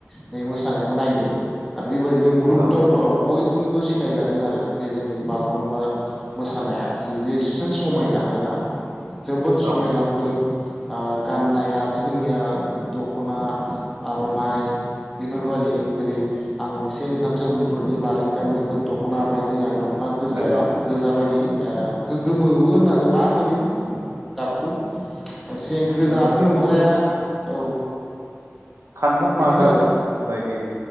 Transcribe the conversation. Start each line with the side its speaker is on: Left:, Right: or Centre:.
Centre: बे मोसानायखौ नायदों। आरो बेबायदिनो मुलुग
Right: औ
Centre: दरबाराव बयजोंबो सिनाय जादों आरो बे जोंनि बागुरुम्बा मोसानाया जि बे एसेबां समायना आरोना। जोबोद समायना
Right: औ
Centre: नुदों। आं गाननायाथ' जोंनिया दख'ना, आर'नाइ बेफोरखौबायि जेरै आं एसे नोंथांसो बुंफोरुरनि मारै गानदोंमोन दख'ना बे जोंहा दख खना गोजाया
Right: नंगौ
Centre: गोजा बायदि ए बे गोमो बो होननो हागोन, मा होनो बे गाबखौ एसे गोजाबो
Right: दा बेखौ
Centre: नंद्राया औ।
Right: खान्थाल
Centre: बिदिनो
Right: मादा
Centre: आरो
Right: बायदि